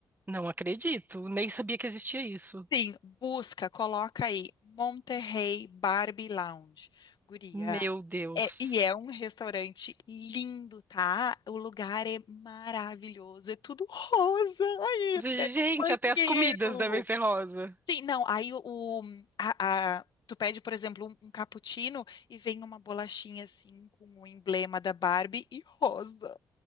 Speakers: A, on the right; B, on the left.
A: Não acredito. Nem sabia que existia isso.
B: Sim, busca, coloca aí Monterrey Barbie Lounge. Guria,
A: Meu Deus.
B: É, e é um restaurante lindo, tá? O lugar é maravilhoso, é tudo rosa, aí
A: Gente,
B: até no banheiro.
A: até as comidas devem ser rosa.
B: Sim, não, aí o, o- a, a- tu pede, por exemplo, um, um cappuccino e vem uma bolachinha assim com o emblema da Barbie e rosa.